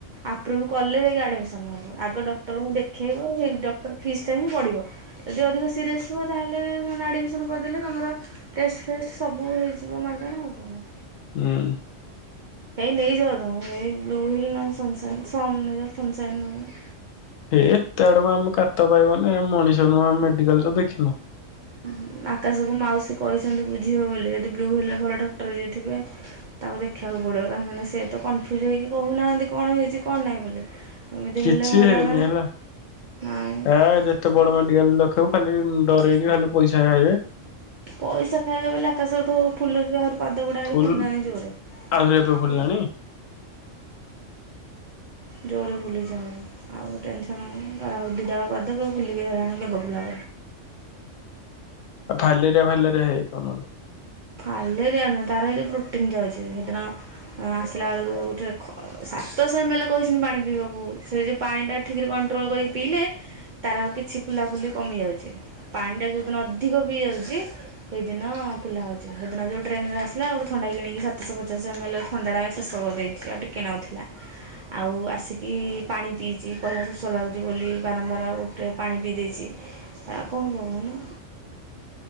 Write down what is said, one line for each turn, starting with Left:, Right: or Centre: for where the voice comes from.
Right: ଆପ୍ରୁଭ୍ କଲେ ଯାଇକି ଆଡ଼ମିସନ୍ ହେବ। ଆଗ ଡକ୍ଟରଙ୍କୁ ଦେଖେଇବ, ଡକ୍ଟର ଫିସଟା ହିଁ ପଡ଼ିବ। ଯଦି ଅଧିକ ସିରିଅସ୍ ହୁଅ ତାହେଲେ ସେମାନେ ଆଡମିସନ୍ କରିଦେଲେ ତମର ଟେଷ୍ଟଫେଷ୍ଟ୍ ସବୁ ହେଇଯିବ ମାଗଣା ଆଉ କଣ
Left: ହୁଁ।
Right: ଏଇ ନେଇଯାଅ ତମେ ଏଇ ବ୍ଲୁ ହ୍ୱିଲ୍ ନହଲେ ସନସାଇନ୍ ସମ୍ ନେଇଯାଅ ସନସାଇନ୍ ନହେଲେ
Left: ହେ ଏତେ ଆଡକୁ ଆମ କାତ ପାଇବନି ଆମେ ମଣିଷ ନୁହଁ ଆମେ ମେଡିକାଲ ତ ଦେଖିନୁ।
Right: ଉଁ ଆକାଶକୁ ମାଉସୀ କହିଛନ୍ତି ବୁଝ୍ ବୁଝିବୁ ବୋଲି, ଯଦି ବ୍ଲୁ ହ୍ୱିଲରେ ଭଲ ଡକ୍ଟର ଯିଏଥିବେ ତାଙ୍କୁ ଦେଖେଇବାକୁ ପଡ଼ିବ କାହିଁକିନା ସେ ତ କନଫ୍ୟୁଜ୍ ହେଇକି କହୁନାହାନ୍ତି କଣ ହେଇଛି କଣ ନାହିଁ ବୋଲି ଏମିତି
Left: କିଛି
Right: ହେଲେ ହଇରାଣ
Left: ହେଇନି ହେଲା,
Right: ନାଇଁ
Left: ଏ ଯେତେ
Right: ସେଆଡ଼େ
Left: ବଡ ମେଡିିକାଲ ଲେଖୁ ଖାଲି ଡରଇକି ଖାଲି ପଇସା ଖାଇବେ
Right: ପଇସା ଖାଇବା ଲାଖା ସବ ଫୁଲ ଯ ପାଦ ଗୁଡା
Left: ଫୁଲ
Right: ଫୁଲିଲାଣି ଜୋରେ
Left: ଆହୁରି ଏବେ
Right: ହଁ।
Left: ଫୁଲିଲାଣି
Right: ଜୋରେ ଫୁଲିଛି ଆହୁରି ଆଉ ଟେନସନ୍ ତାର ଆଉ ଦୁଇଟାକ ପାଦ ପୁରା ଫୁଲିକି ରହିଲାଣି ବେଙ୍ଗ ଫୁଲା
Left: ଭାଲେରିଆ ଭାଲେରିଆ ହେଇଥିବ ନହେଲେ
Right: ଫାଲରିଆ ନୁହେଁ ତାର ପ୍ରୋଟନ <unintelligible> ଏ ଆସଲ ଆଳ ସ ସତଶ ଏମଏଲ୍ କହିଛନ୍ତି ପାଣି ପିଇବାକୁ ସେ ଯେଉଁ ପାଣିଟା ଠିକରେ କଣ୍ଟ୍ରୋଲ କରି ପିଇଲେ ତାର ଆଉ କିଛି ଫୁଲା ଫୁଲି କମି ଯାଉଛି ପାଣି ଟା ଯୋଉ ଦିନ ଅଧିକ ପିଇ ଯାଉଛି ସେଇଦିନ ଫୁଲା ହଉଛି। ସେଦିନ ଯେଉଁ ଟ୍ରେନରେ ଆସିଲା ଗୋଟେ ଥଣ୍ଡା କିଣିକି ସାତଶହ ପଚାଶ ଏମ୍ଏଲ୍ ଥଣ୍ଡାଟା ଶେଷ କରି ଦେଇଛି ଆଉ ଟିକେ ନାକୁ ଥିଲା ଆଉ ଆସିକି ପାଣି ପିଇଛି କହିଲ ଶୋଷ ଲାଗୁଛି ବୋଲି ବାରମ୍ବାର ଗୋଟେ ପାଣି ପିଇ ଦେଇଛି ଆ କଣ କହୁନୁ